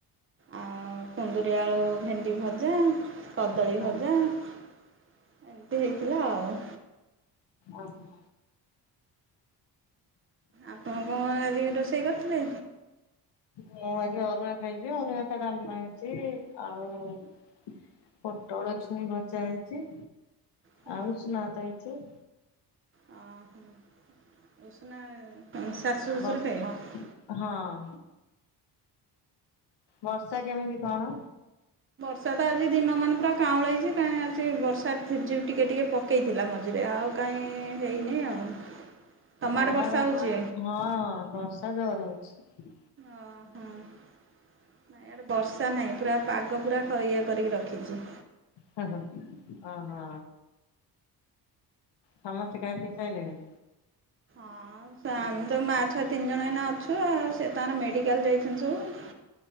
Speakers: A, on the right; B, on the left.
A: ଆଉ କୁନ୍ଦୁରି, ଆଳୁ, ଭେଣ୍ଡି ଭଜା କଦଳୀ
B: ହଁ
A: ଭଜା ଏମିତି ହେଇଥିଲା ଆଉ।
B: ଓହୋ।
A: ଆପଣ କଣ ଆଜି ରୋଷେଇ କରିଥିଲେ?
B: ମୁଁ ଆଜି ଅରୁଆ ଖାଇବି ଅରୁଆ ଭାତ ଡାଲମା ହେଇଚି ଆଉ। ପୋଟଳ, ଛୁଇଁ ଭଜା ହେଇଛି।
A: ହୁଁ
B: ଆଉ ଉଷୁନା ଭାତ ହେଇଚି।
A: ଓ ହୋ ଉଶୁନା ଶାଶୁ ଶଶୁର
B: ବସ
A: ଖାଇବେ ହ ହ।
B: ହଁ ବର୍ଷା କେମିତି କଣ?
A: ବର୍ଷା ତ ଆଜି ଦିନ ମାନ ପୁରା କାଉଲେଇଚି କାହିଁ ଆଜି ବର୍ଷା ଥିଜି ଟିକେ ଟିକେ ପକେଇଥିଲା ମଝିରେ ଆଉ କାଇ ହେଇନି ଆଉ। ତମ
B: ଆମ
A: ବର୍ଷା
B: ଆଡ଼େ
A: ହଉଛି?
B: ହଁ ବର୍ଷା ଜୋରେ ହଉଚି।
A: ଓ ହୋ। ନାଇଁ ଇଆଡେ ବର୍ଷା ନାହିଁ ପୁରା ପାଗ ପୁରା ଇଏ କରିକି ରଖିଛି।
B: ହେଁ ହେଁ ଅ ହ। ସମସ୍ତେ ଖାଇ ପିଇ ସାରିଲେଣି?
A: ହଁ ଆମେ ତ ମା ଛୁଆ ତିନି ଜଣ ଏଇନା ଅଛୁ ଆଉ ସେ ତାର ମେଡିକାଲ ଯାଇଛନ୍ତି ସବୁ।